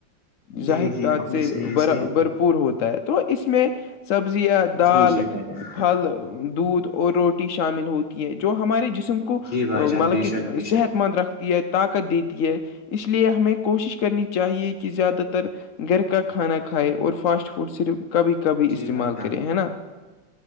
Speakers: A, on the left; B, on the left.
A: زحک
B: جی جی
A: ت
B: آپ نے
A: سے
B: صحیح
A: ب
B: صحیح
A: بھرپور ہوتا ہے تو اس میں سبزیاں دال
B: جی جی بھائی جان
A: پھل دودھ اور روٹی شامل ہوتی ہے جو ہمارے جسم کو
B: جی بھائی
A: مطلب
B: جان بے شک
A: کہ
B: بے
A: صحت
B: شک
A: مند رکھتی ہے طاقت دیتی ہے اس لیے ہمیں کوشش کرنی چاہیے کہ زیادہ تر گھر کا کھانا کھائے اور فاسٹ فوڈ صرف کبھی کبھی
B: جی
A: استعمال
B: بھائی جان
A: کرے ہے نا